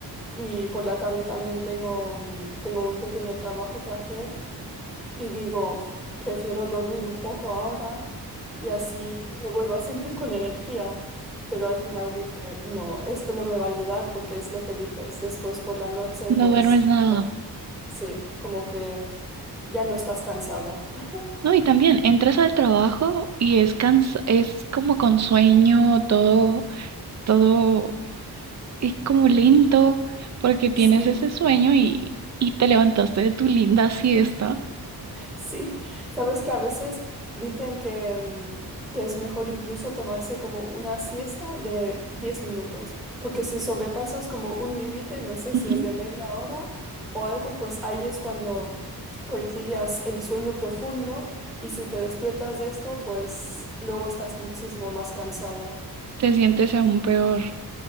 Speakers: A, in the centre; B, on the right.
A: Y por la tarde también tengo, mm, tengo un pequeño trabajo que hacer y digo, "Pf, prefiero dormir un poco ahora y así me vuelvo a sentir con energía. Pero al final dije, no, esto no me va a ayudar porque es lo que dices. Después por la noche,
B: no
A: pues,
B: duermes nada.
A: no, sí, como que ya no estás cansada. <laughs>
B: No, y también entras al trabajo y es cansa- es como con sueño, todo, todo es como lento porque tienes
A: Sí.
B: ese sueño y, y te levantaste de tu linda siesta.
A: Sí, sabes que a veces dicen que, mm, que es mejor incluso tomarse como una siesta de 10 minutos, porque si sobrepasas como un límite, no sé
B: Ujú.
A: si es de media hora o algo, pues ahí es cuando concilias el sueño profundo y si te despiertas de esto, pues luego estás muchísimo más cansada.
B: Te sientes aún peor.